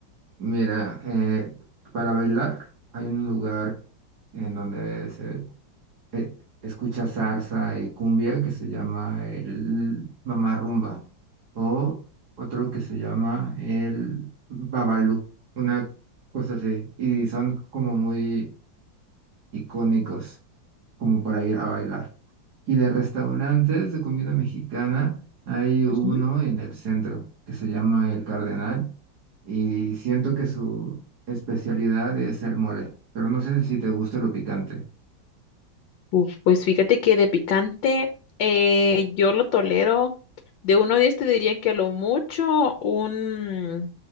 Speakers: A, on the right (about 55°); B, on the left (about 75°).
A: Mira, eh, para bailar hay un lugar en donde se eh, escucha salsa y cumbia que se llama el Mamá Rumba o otro que se llama el Babalú, una cosa así, y son como muy icónicos como para ir a bailar. Y de restaurantes de comida mexicana hay uno
B: Ujú.
A: en el centro que se llama El Cardenal y siento que su especialidad es el mole, pero no sé si te gusta lo picante.
B: Uf, pues fíjate que de picante eh, yo lo tolero. De uno a 10 te diría que a lo mucho un,